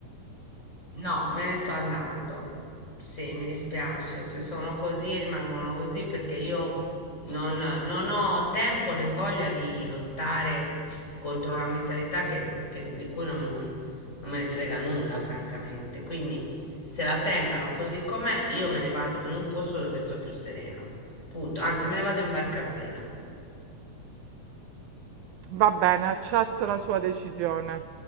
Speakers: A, on the left (about 20°); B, on the right (about 75°).
A: No, me ne sto andando. Sì, mi dispiace. Se sono così, rimangono così perché io non, non ho tempo né voglia di lottare contro una mentalità che- che- di cui non, non me ne frega nulla, francamente. Quindi se la tengano così com'è, io me ne vado in un posto dove sto più serena. Punto. Anzi, me ne vado in barca a vela.
B: Va bene, accetto la sua decisione.